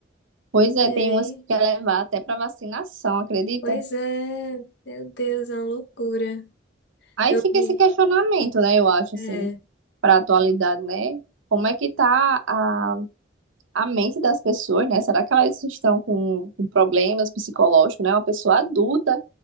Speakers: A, on the right (about 80°); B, on the left (about 60°).
A: Pois é,
B: E
A: tem umas
B: aí?
A: que quer levar até para vacinação, acredita?
B: Pois é, meu Deus, é uma loucura.
A: Aí
B: Eu
A: fica
B: vi.
A: esse questionamento, né? Eu acho
B: É,
A: assim, para atualidade, né? Como é que tá a, a mente das pessoas, né? Será que elas estão com, com problemas psicológicos, né? Uma pessoa adulta